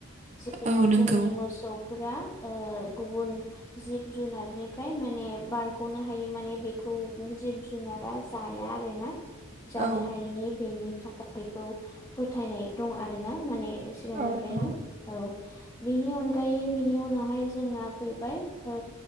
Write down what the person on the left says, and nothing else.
जेन'
जोंनि मोसौ। ओ गुबुन जिब जुनारनिफ्राय माने बारग'नो हायो माने बेखौ। जिब जुनारा जाया आरो ना। जानो
हायैनि बेनि थाखाय बेखौ फोथायनाय दं आरोना माने। सिगांनिफ्रायनो
औ बिनि अनगायै बिनि उनावहाय। जोंना फैबाय ओ